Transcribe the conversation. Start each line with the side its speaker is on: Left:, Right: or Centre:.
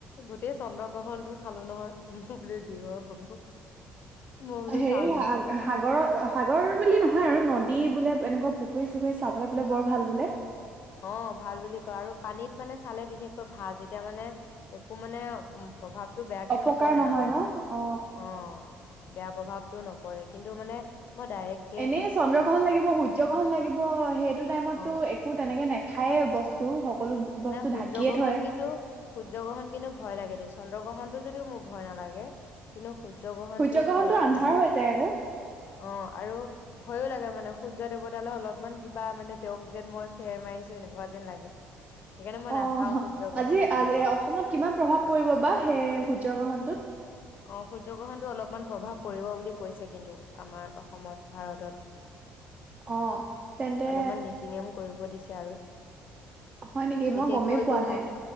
Left: গোটেই চন্দ্ৰগ্ৰহণটো চালো নহয় বুলো যি হয় হ'ব। মই বোলো
Right: হেৰী
Left: চামেই
Right: হা সাগৰৰ, সাগৰ বুলি নহয় আৰু নদী বোলে এনেকুৱা পুখুৰী চুখুৰী চাবলৈ বোলে, বৰ ভাল বোলে।
Left: অ' ভাল বুলি কয় আৰু পানীত মানে চালে বিশেষকৈ ভাল তেতিয়া মানে একো মানে উম প্ৰভাৱটো বেয়াকে
Right: অপকাৰ
Left: নপৰে
Right: নহয়
Left: আৰু
Right: ন
Left: আমাৰ
Right: অ
Left: অ'। বেয়া প্ৰভাৱটো নপৰে কিন্তু মানে মই ডাইৰেক
Right: এনেই চন্দ্ৰগ্ৰহণ লাগিব, সূৰ্য গ্ৰহণ লাগিব সেইটো টাইমতটো
Left: অ
Right: একো তেনেকে নেখায় বস্তু টো সকলো বস্তু
Left: নাই সূৰ্য
Right: ঢাকিয়ে
Left: গ্ৰহণ
Right: থয়।
Left: কিন্তু সূৰ্য গ্ৰহণ কিন্তু ভয় লাগে দেই চন্দ্ৰগ্ৰহণটো যদিও মোৰ ভয় নালাগে কিন্তু সূৰ্য গ্ৰহণটো
Right: সূৰ্যগ্ৰহণটো
Left: মোৰ অলপমান
Right: <unintelligible>
Left: অ' আৰু ভয়ো লাগে মানে সূৰ্য দেৱতালৈ অলপমান কিবা মানে তেওঁক যেন মই ফেৰ মাৰিছো এনেকুৱা যেন লাগে সেইকাৰণে মই
Right: অ'
Left: নাচাও সূৰ্য গ্ৰহণত
Right: আজি, আজি
Left: নোলাও
Right: অসমত কিমান প্ৰভাৱ পৰিব বা সেই সূৰ্য গ্ৰহণটোত
Left: অ' সূৰ্য গ্ৰহণটো অলপমান প্ৰভাৱ পৰিব বুলি কৈছে কিন্তু আমাৰ অসমত ভাৰতত
Right: অ' তেন্তে
Left: অলপমান নীতি নিয়ম কৰিব দিছে আৰু
Right: হয় নেকি মই
Left: বিশেষকৈতো
Right: গমেই পোৱা নাই